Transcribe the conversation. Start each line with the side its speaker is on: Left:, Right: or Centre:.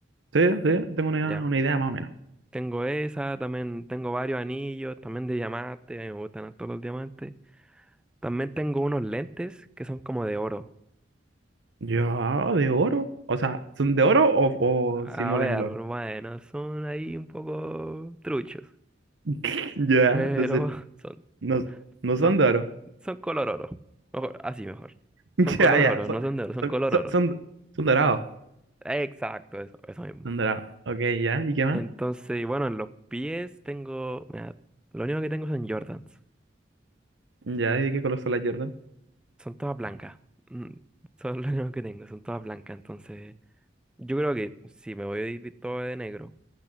Right: Sí, sí, tengo una,
Centre: Ya, pues,
Right: una idea más o menos.
Centre: tengo esa, también tengo varios anillos, también de diamante, a mí me gustan todos los diamantes. También tengo unos lentes que son como de oro.
Right: Ya, de oro. O sea, ¿son de oro o, o
Centre: A
Right: simulan
Centre: ver,
Right: el oro?
Centre: bueno, son ahí un poco truchos,
Right: <laughs> Ya,
Centre: pero
Right: entonces,
Centre: <laughs> son
Right: no, no
Centre: Son,
Right: son de oro.
Centre: son color oro. Mejor, así mejor.
Right: <laughs>
Centre: Son color
Right: Ya, ya,
Centre: oro,
Right: son,
Centre: no son de oro, son
Right: son,
Centre: color
Right: son,
Centre: oro.
Right: son- son dorados.
Centre: Exacto, eso, eso mismo.
Right: Son dorados. Ok, ya, ¿y qué más?
Centre: Entonces, bueno, en los pies tengo. mira, lo único que tengo son Jordans.
Right: Ya, ¿y de qué color son las Jordan?
Centre: Son todas blancas. Mm, Son <laughs> lo único que tengo, son todas blancas. Entonces, yo creo que si me voy de- todo de negro,